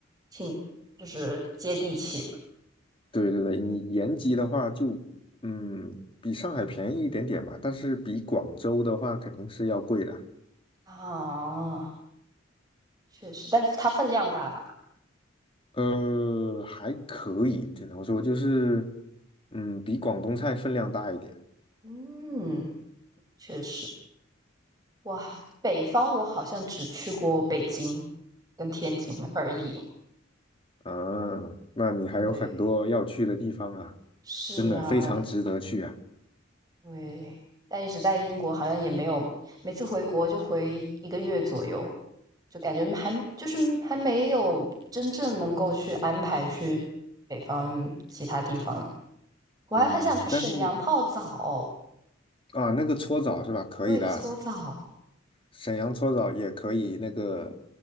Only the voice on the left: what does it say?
对对对，你延吉的话就，嗯，比上海便宜一点点吧，但是比广州的话肯定是要贵的。
呃，还可以，只能说就是，嗯，比广东菜分量大一点
啊。那你还有很多要去的地方啊，
真的非常值得去啊。
嗯，但是啊，那个搓澡是吧？可以的啊，
沈阳搓澡也可以那个